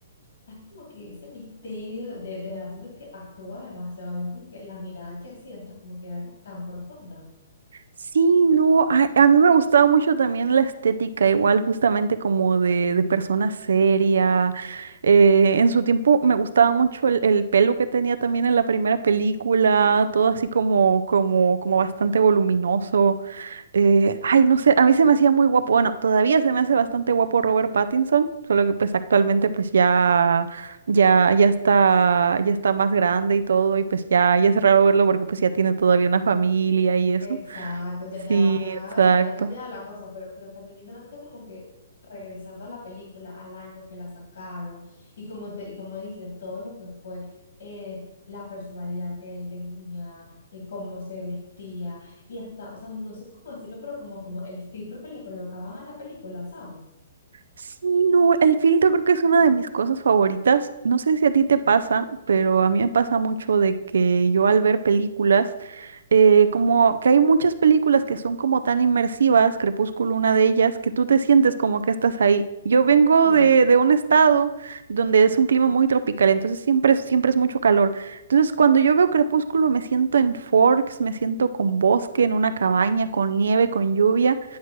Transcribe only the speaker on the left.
Es como que ese misterio de, de haciendo que actúa demasiado bien, como que la mirada que hacía, o sea, como que era como tan profunda.
Exacto, ya, ya,
ya,
y ya ha cambiado la cosa, pero, pero también exactamente como que regresando a la película, al año que la sacaron, y como te, y como dices, todo lo que fue eh, la personalidad que él tenía, y cómo se vestía, y hasta, o sea, no sé cómo decirlo, pero como, como el filtro que le colocaban a la película, ¿sabes?
Sí,